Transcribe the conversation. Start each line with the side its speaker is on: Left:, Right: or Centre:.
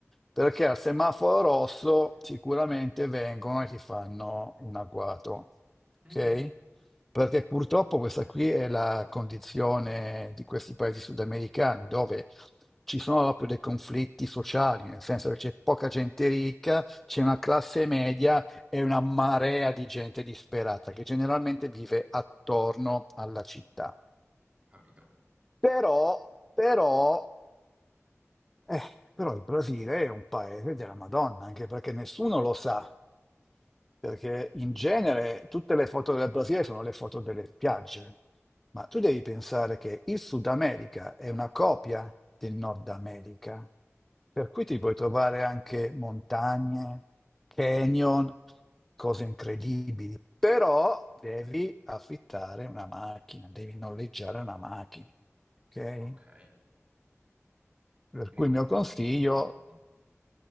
Centre: perché al semaforo rosso sicuramente vengono e ti fanno un agguato,
Right: Mm,
Centre: ok? Perché purtroppo questa qui è la condizione di questi paesi sudamericani, dove ci sono proprio dei conflitti sociali, nel senso che c'è poca gente ricca, c'è una classe media e una marea di gente disperata che generalmente vive attorno alla città.
Right: capito.
Centre: Però, però, eh, però il Brasile è un paese della Madonna, anche perché nessuno lo sa, perché in genere tutte le foto del Brasile sono le foto delle spiagge. Ma tu devi pensare che il Sud America è una copia del Nord America, per cui ti puoi trovare anche montagne, canyon, cose incredibili. Però devi affittare una macchina, devi noleggiare una macchina, ok?
Right: Ok,
Centre: Per
Right: quindi
Centre: cui
Right: comunque
Centre: il mio consiglio
Right: il tuo consiglio...